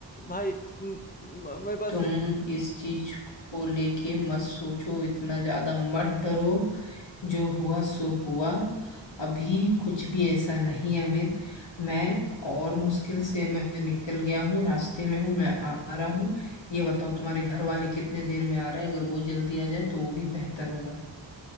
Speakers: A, on the left; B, on the left.
A: भाई म, म, मेरे पास
B: तुम इस चीज को लेके मत सोचो इतना ज्यादा मत डरो जो हुआ सो हुआ अभी कुछ भी ऐसा नहीं है अमित मैं और मुश्किल से मैं निकल गया हूँ रास्ते में हूँ मैं आ आ रहा हूँ ये बताओ तुम्हारे घर वाले कितने देर में आ रहे हैं अगर वो जल्दी आ जाए तो वो भी बेहतर होगा